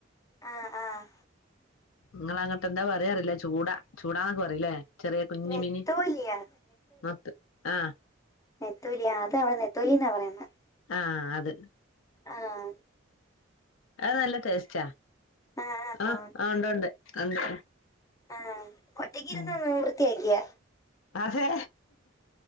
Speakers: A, on the left (about 15°); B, on the left (about 80°).
A: ആഹ് ആഹ്
B: നിങ്ങള് അങ്ങട്ട് എന്താ പറയാറില്ല ചൂടാ ചൂടാന്നൊക്കെ പറയില്ലേ ചെറിയ കുഞ്ഞി
A: നെത്തോലിയാ
B: മിന് മത്ത ആഹ്
A: നെത്തോലിയാ അത അവിടെ നെത്തോലിന്നാ പറയുന്നത്
B: ആഹ് അത്
A: ആഹ്
B: അത് നല്ല ടേസ്റ്റാ
A: ആ
B: ആഹ് ആ ഉണ്ട് ഉണ്ട് ഉണ്ട്
A: ആഹ് ഒറ്റയ്ക്കിരുന്ന്
B: ഉം
A: വൃത്തിയാക്കിയാ
B: അതെ